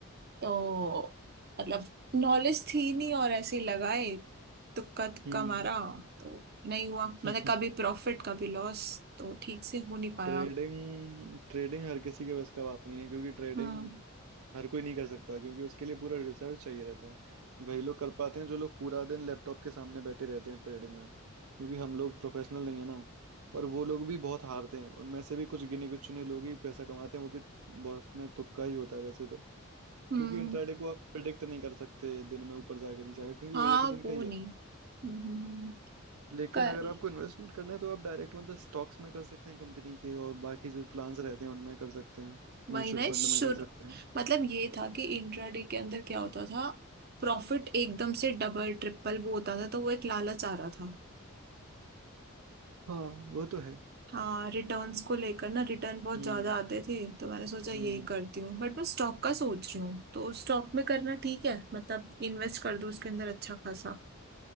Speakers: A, on the right; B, on the right.
A: तो मतलब नॉलेज थी नहीं और ऐसे ही लगाए तुक्का तुक्का
B: हम्म
A: मारा तो नहीं हुआ मतलब
B: <laughs>
A: कभी प्रॉफिट कभी लॉस तो ठीक से हो नहीं पाया
B: ट्रेडिंग ट्रेडिंग हर किसी के बस का बात नहीं है क्योंकि ट्रेडिंग
A: हम्म
B: हर कोई नहीं कर सकता क्योंकि उसके लिए पूरा रिसर्च चाहिए रहता है वही लोग कर पाते हैं जो लोग पूरा दिन लैपटॉप के सामने बैठे रहते हैं ट्रेडिंग में क्योंकि हम लोग प्रोफेशनल नहीं है ना और वो लोग भी बहुत हारते हैं उनमें से भी कुछ गिने कुछ चुने लोग ही पैसा कमाते हैं वो भी बहुत में तुक्का ही होता है वैसे तो
A: हम्म
B: क्योंकि इंट्राडे को आप प्रिडिक्ट नहीं कर सकते दिन में ऊपर जाएगा नहीं जाएगा क्योंकि वो
A: हाँ
B: एक दिन का
A: वो
B: ही
A: नहीं
B: है
A: हम्म, हम्म, हम्म।
B: लेकिन
A: कर
B: अगर आपको इन्वेस्टमेंट करना है तो आप डायरेक्ट मतलब स्टॉक्स में कर सकते हैं कंपनी के और बाकी जो प्लान्स रहते हैं उनमें कर सकते हैं
A: वही
B: म्यूचुअल
A: ना
B: फंड
A: शुरू
B: में कर सकते हैं
A: मतलब ये था कि इंट्राडे के अंदर क्या होता था प्रॉफिट एकदम से डबल ट्रिपल वो होता था तो वो एक लालच आ रहा था
B: हाँ वो तो है
A: हाँ रिटर्न्स को लेकर ना रिटर्न बहुत
B: हम्म
A: ज्यादा आते थे तो मैंने सोचा यही
B: हम्म
A: करती हूँ बट मैं स्टॉक का सोच रही हूँ तो स्टॉक में करना ठीक है मतलब इन्वेस्ट कर दूँ उसके अंदर अच्छा खासा